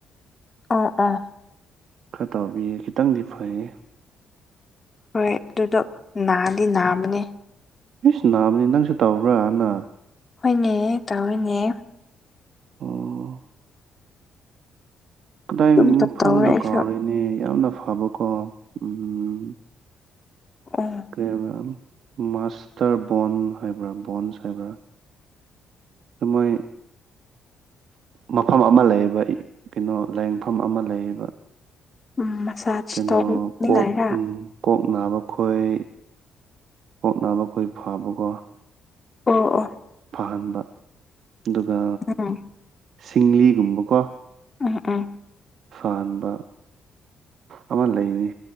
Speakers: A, on the left; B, on the right.
A: ꯑꯥ ꯑꯥ
B: ꯈꯔ ꯇꯥꯕꯤꯌꯦ ꯈꯤꯇꯪꯗꯤ ꯐꯩꯌꯦ
A: ꯍꯣꯏ ꯑꯗꯨꯗꯣ ꯅꯥꯗꯤ ꯅꯥꯕꯅꯦ
B: ꯏꯁ ꯅꯥꯕꯅꯤ ꯅꯪꯁꯨ ꯇꯧꯕ꯭ꯔꯥ ꯍꯟꯗꯛ
A: ꯍꯣꯏꯅꯦ ꯇꯧꯑꯦꯅꯦ
B: ꯑꯣ ꯀꯗꯥꯏ
A: ꯑꯗꯨꯝ
B: ꯃꯐꯝꯗꯣ
A: ꯇꯧꯔꯦ ꯑꯩꯁꯨ
B: ꯀꯥꯎꯔꯤꯅꯦ ꯌꯥꯝꯅ ꯐꯕꯀꯣ ꯎꯝ
A: ꯎꯝ
B: ꯀꯩ ꯍꯥꯏꯕ꯭ꯔꯥ ꯃꯥꯁꯇꯔ ꯕꯣꯟ ꯍꯥꯏꯕ꯭ꯔꯥ ꯕꯣꯟꯁ ꯍꯥꯏꯕ꯭ꯔꯥ ꯑꯗꯨ ꯃꯣꯏ ꯃꯐꯝ ꯑꯃ ꯂꯩꯌꯦꯕ ꯀꯩꯅꯣ ꯂꯥꯏꯌꯦꯡꯐꯝ ꯑꯃ ꯂꯩꯌꯦꯕ
A: ꯎꯝ ꯃꯁꯥꯖ
B: ꯀꯩꯅꯣ
A: ꯇꯧꯅꯤꯡꯉꯥꯏꯔ
B: ꯀꯣꯛ ꯎꯝ ꯀꯣꯛ ꯅꯥꯕ ꯈꯣꯏ ꯀꯣꯛ ꯅꯥꯕ ꯈꯣꯏ ꯐꯕꯀꯣ
A: ꯑꯣ ꯑꯣ
B: ꯐꯍꯟꯕ ꯑꯗꯨꯒ
A: ꯑ
B: ꯁꯤꯡꯂꯤꯒꯨꯝꯕꯀꯣ
A: ꯎꯝ ꯎ
B: ꯐꯍꯕ ꯑꯃ ꯂꯩꯅꯤ